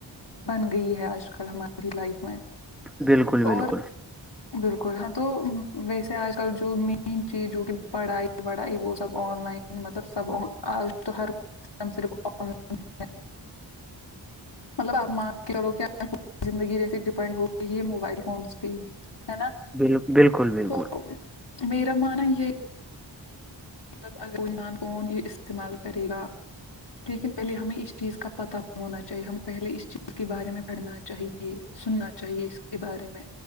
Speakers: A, on the left; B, in the centre.
A: بن گئی ہے آج کل ہماری لائف میں
B: بالکل بالکل
A: اور بالکل ہاں تو ویسے آج کل جو مین چیز جو کہ پڑھائی وڑھائی وہ سب آن لائن مطلب سب آج تو ہر کام صرف آن لائن مطلب آپ مان کے چلو کے زندگی جیسے ڈپینڈ ہوتی ہے موب موبائل فونس بھی ہے نا
B: بالل بالکل بالکل
A: تو میرا منا یہ مطلب اگر موبائل فون یہ استعمال کرے گا لیکن پہلے ہمیں اس چیز کا پتا ہونا چاہیے ہمیں پہلے اس چیز کے بارے میں پڑھنا چاہیے یہ سننا چاہیے اس بارے میں